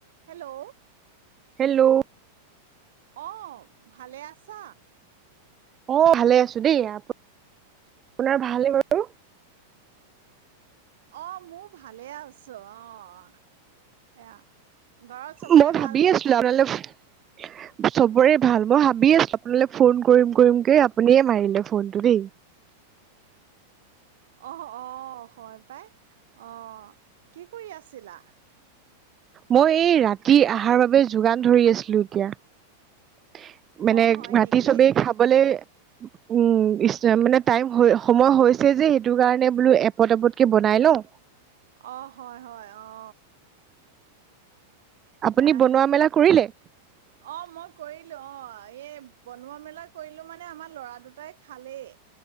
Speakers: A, on the right; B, on the right.
A: Hello
B: hello
A: অ ভালে আছা
B: অ ভালে আছো দেই আপ আপোনাৰ ভাল নে বাৰু
A: অ মোৰ ভালে আছো অ অহ, এয়া- ঘৰত চবৰে
B: মই ভাবিয়ে
A: ভালনে
B: আছিলো আপোনালে ফো চবৰে ভাল। মই ভাবি আছিলো আপোনালৈ ফোন কৰিম কৰিম কে, আপুনিয়ে মাৰিলে ফোনটো দেই।
A: অহ অ হয় পাই, অহ। কি কৰি আছিলা?
B: মই এই ৰাতি অহাৰ বাবে যোগান ধৰি আছিলোঁ এতিয়া। মানে
A: অ হয়
B: ভাতি
A: নেকি
B: চবেই খাবলে- উম ইচ ৰাম, মানে টাইম হৈ সময় হৈছে যে, সেইটো কাৰণে বোলোঁ এপত এপতকে বনাই লওঁ।
A: অ, হয় হয়, অ।
B: আপুনি
A: নাই
B: বনোৱা-মেলা কৰিলে?
A: অ, মই কৰিলোঁ, অ। এই বনোৱা-মেলা কৰিলো মানে আমাৰ ল'ৰা দুটাই খালেই।